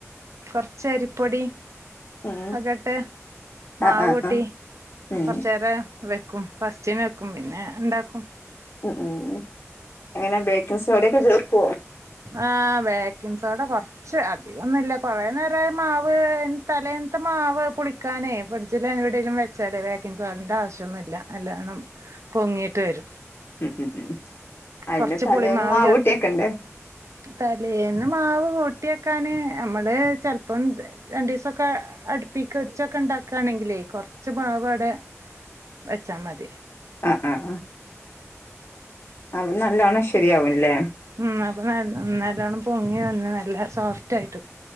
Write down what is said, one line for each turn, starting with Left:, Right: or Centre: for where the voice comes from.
Right: കൊറ്ച്ച അരിപ്പൊടി
Left: ഉം
Right: പ്പകെട്ട്
Left: ആ
Right: മാവൂട്ടി
Left: ആ ആ ഉം
Right: കൊറച്ചേരെ വെക്കും പസ്റ്റ്ന് വെക്കും പിന്നെ ഇണ്ടാക്കും
Left: ഉ ഉം എങ്ങനെ ബേക്കിൻ സോടൈക്കെ ചേർക്കോ
Right: ആ ബേക്കിൻ സോഡ കൊർച്ച് അധികൊന്നില്ല കുറേനേരായി മാവ് തലേന്നത്തെ മാവ് പുളിക്കാനേ ഫ്രിഡ്ജില് എവിടേലും വെച്ചാലേ വേക്കിൻസോഡന്റെ ആവശ്യന്നുല്ല നല്ലാണം പൊങ്ങീട്ട് വരും
Left: ഉം ഉം ഉ അയിന്റെ
Right: കൊറച്ച്
Left: തലേന്ന്
Right: പുളിമാവ്
Left: മാവൂട്ടിയക്കണ്ടെ
Right: ചേർത്ത് തലേന്ന് മാവ് കൂട്ടിക്കാന് നമ്മള് ചെൽപ്പം രണ്ടീസൊക്കെ അട്പ്പിക്ക് ച്ചെക്കെ ഉണ്ടാക്കണെങ്കിലേ കൊറച്ച് മാവ് അവിടെ വെച്ചാ മതി
Left: ആഹ് ആഹ് ആഹ് അത് നല്ലോണം ശരിയാവും ല്ലേ
Right: ഉം അപ്പൊ നല്ല നല്ലോണ്ണം പൊങ്ങി വന്ന് നല്ല സോഫ്റ്റ് ആയിട്ട്